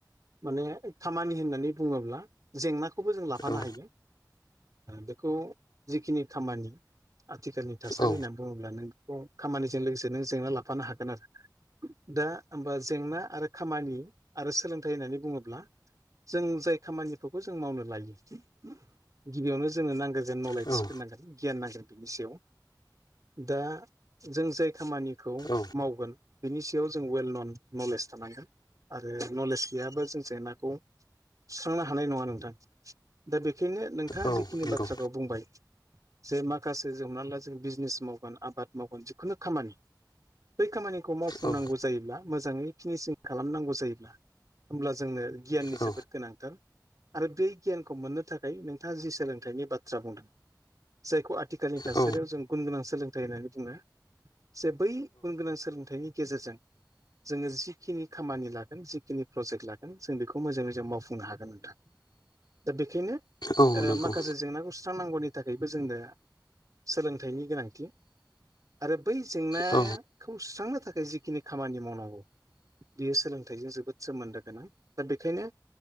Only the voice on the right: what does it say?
माने खामानि होननानै बुङोब्ला जेंनाखौबो जों लाफानो
हायो बेखौ जिखिनि खामानि आथिखालनि थासारि
होननानै बुङोब्ला नों बेखौ खामानिजों लोगोसे नों जेंना लाफानो हागोन आरो दा होमबा जेंना आरो खामानि आरो सोलोंथाइ होननानै बुङोब्ला जों जाय खामानिफोरखौ जों मावनो लायो गिबियावनो जोंनो नांगोन जेन मावलायथिफोर
नांगोन गियान नांगोन <inaudible> बेनि सायाव दा जों जाय खामानिखौ
मावगोन बिनि सायाव जों वेल नन नलेज थानांगोन आरो नलेज बेयाबो जों जेंनाखौ सुस्रांनो हानाय नङा नोंथां दा बेखायनो नोंथाङा
जिखिनि
बाथ्राखौ बुंबाय जे माखासे जों हमनानै ला जों बिजनेस मावगोन आबाद मावगोन जिखुनु खामानि बै खामानिखौ मावफुंनांगौ
जायोब्ला मोजाङै फिनिसिं खालामनांगौ जायोब्ला होमब्ला जोंनो गियाननि
जोबोद गोनांथार आरो बे गियानखौ मोननो थाखाय नोंथाङा जि सोलोंथाइनि बाथ्रा बुंदों जायखौ आथिखालनि थासारियाव
जों गुन गोनां सोलोंथाइ होननानै बुङो जे बै गुन गोनां सोलोंथाइनि गेजेरजों जोङो जिखिनि खामानि लागोन जिखिनि प्रजेक्ट लागोन जों बेखौ मोजाङै मोजां मावफुंनो हागोन नोंथाङा दा बेखायनो
माखासे जेंनाखौ सुस्रांनांगौनि थाखायबो जोंनो सोलोंथाइनि गोनांथि आरो बै जेंनाखौ
सुस्रांनो थाखाय जिखिनि खामानि मावनांगौ बियो सोलोंथाइजों जोबोद सोमोन्दो गोनां दा बेखायनो